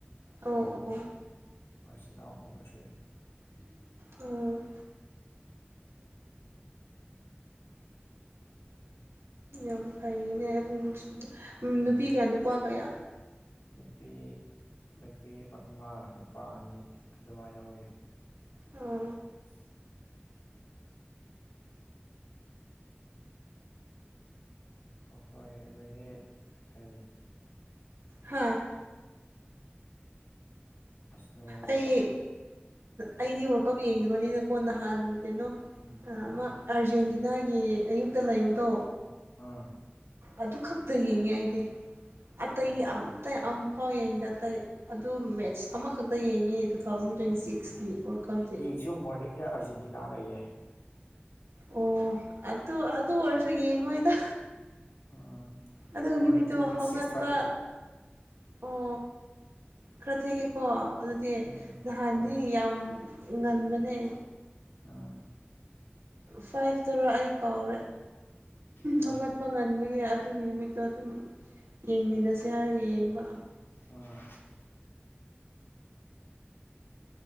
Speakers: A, on the right; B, on the left.
A: ꯑꯣ
B: ꯑꯍꯨꯝ
A: ꯑꯣ
B: ꯃꯆꯤꯟꯅꯥꯎ ꯑꯍꯨꯝ ꯁꯨꯏ
A: ꯎꯝ ꯌꯥꯝ ꯐꯩꯅꯦ ꯑꯍꯨꯝ ꯁ ꯅꯨꯄꯤ
B: ꯎꯝ
A: ꯀꯌꯥ ꯅꯨꯄꯥ ꯀꯌꯥ
B: ꯅꯨꯄꯤ ꯅꯨꯄꯤ ꯑꯃ ꯅꯨꯄꯥ ꯑꯅꯤ ꯑꯗꯨꯃꯥꯏꯅ ꯑꯣꯏ
A: ꯑꯣ
B: <inaudible> ꯑꯩꯈꯣꯏ ꯑꯗꯨꯗꯒꯤ ꯀꯔꯤ
A: ꯍꯥꯥ
B: ꯑꯁꯅꯣ
A: ꯑꯩ ꯑꯩꯗꯤ ꯋꯥꯔꯀꯞ ꯌꯦꯡꯗꯕꯅꯤꯅꯀꯣ ꯅꯍꯥꯟ ꯀꯩꯅꯣ
B: ꯎꯝ
A: ꯑꯃ ꯑꯥꯔꯖꯦꯟꯇꯤꯅꯥꯒꯤ ꯑꯌꯨꯛꯇ ꯂꯩꯕꯗꯣ
B: ꯑꯥ
A: ꯑꯗꯨꯈꯛ ꯇ ꯌꯦꯡꯉꯦ ꯑꯩꯗꯤ ꯑꯇꯩꯒꯤ
B: ꯑꯣ
A: ꯑꯇ ꯑꯃꯝꯐꯥꯎ ꯌꯦꯡꯉꯤꯗ ꯑꯇꯩ ꯑꯗꯨ ꯃꯦꯠꯁ ꯑꯃꯈꯛꯇ ꯌꯦꯡꯉꯤ ꯇꯨ ꯊꯥꯎꯖꯟ ꯇ꯭ꯋꯦꯟꯇꯤ ꯁꯤꯛꯁꯀꯤ ꯑꯣꯔꯈꯝꯁꯦ
B: ꯁꯨ ꯃꯣꯔꯅꯤꯡꯗ ꯑꯥꯔꯖꯦꯟꯇꯤꯅꯥ ꯂꯩꯌꯦ
A: ꯑꯣ ꯑꯗꯨ ꯑꯗꯨ ꯑꯣꯏꯔꯁꯨ ꯌꯦꯡꯉꯣꯏꯗ
B: ꯎꯝ
A: ꯑꯗꯨ
B: ꯃꯣꯔꯅꯤꯡ
A: ꯅꯨꯃꯤꯠꯇꯨ
B: ꯄꯨꯡ
A: ꯍꯧꯒꯠꯄ
B: ꯁꯤꯛꯁ ꯊꯥꯔꯇꯤꯗ
A: ꯑꯣ ꯈꯔ ꯊꯦꯡꯉꯦꯀꯣ ꯑꯗꯨꯗꯤ
B: ꯎꯝ
A: ꯅꯍꯥꯟꯗꯤ
B: ꯍꯣꯏ
A: ꯌꯥꯝ ꯉꯟꯕꯅꯦ
B: ꯎꯝ
A: ꯐꯥꯏꯚꯇꯔ ꯑꯩ ꯀꯥꯎꯔꯦ
B: ꯍꯣꯏ
A: ꯍꯧꯒꯠꯄ ꯉꯟꯕꯒꯤ ꯑꯗꯨꯒꯤ ꯅꯨꯃꯤꯠꯇꯣ ꯑꯗꯨꯝ ꯌꯦꯡꯃꯤꯟꯅꯁꯦ ꯍꯥꯏꯔꯒ ꯌꯦꯡꯕ
B: ꯑꯥ